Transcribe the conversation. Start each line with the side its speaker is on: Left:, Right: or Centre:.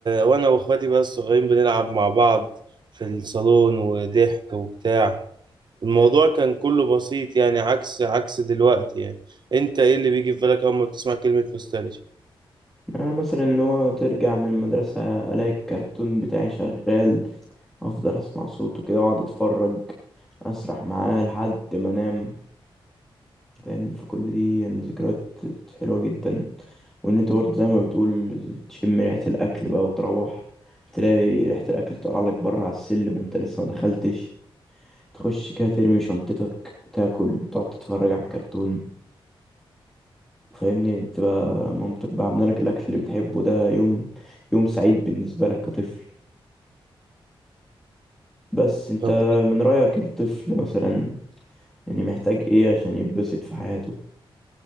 Right: وانا واخواتي بقى الصغيرين بنلعب مع بعض في الصالون وضحك وبتاع الموضوع كان كله بسيط يعني عكس عكس دلوقتي يعني انت ايه اللي بيجي في بالك اول ما بتسمع كلمة نوستالجيا
Centre: أنا مثلا إن هو ترجع من المدرسة ألاقي الكرتون بتاعي شغال أفضل أسمع صوته كده وأقعد أتفرج أسرح معاه لحد ما أنام فاهمني فكل دي يعني ذكريات حلوة جدا وإن أنت برضه زي ما بتقول تشم ريحة الأكل بقى وتروح تلاقي ريحة الأكل طالعة لك بره على السلم وأنت لسه ما دخلتش تخش كده ترمي شنطتك تاكل تقعد تتفرج على الكرتون فاهمني تبقى مامتك بقى عامله لك الاكل اللي بتحبه ده يوم يوم سعيد بالنسبه لك كطفل بس انت
Right: طب
Centre: من رايك الطفل مثلا يعني محتاج ايه عشان يتبسط في حياته